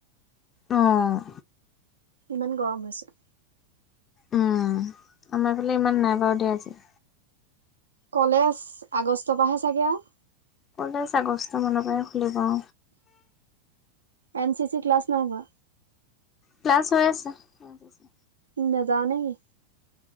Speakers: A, on the left; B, on the right.
A: অ',
B: ইমান গৰম হৈছে।
A: উম আমাৰ এইফালে ইমান নাই বাৰু দেই আজি।
B: কলেজ আগষ্টৰ পৰাহে চাগে আওঁ?
A: কলেজ আগষ্ট মানৰ পৰাই খুলিব অ'।
B: এন চি চি ক্লাছ নাই হোৱা?
A: ক্লাছ হৈ আছে। N C C.
B: নেযাওঁ নেসি?